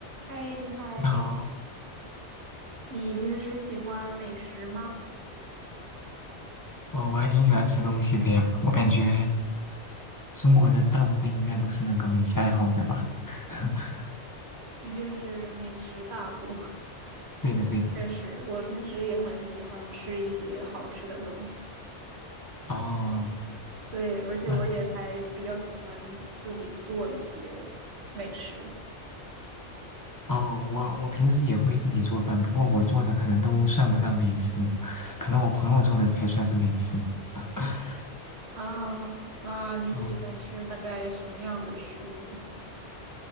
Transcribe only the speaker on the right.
嗨，你好，
你平时喜欢美食吗？
毕竟是美食大国。<laughs>
确实，我平时也很喜欢吃一些好吃的东西。
对，而且我也还比较喜欢自己做一些美食。
啊，那你喜欢吃大概什么样的食物呢？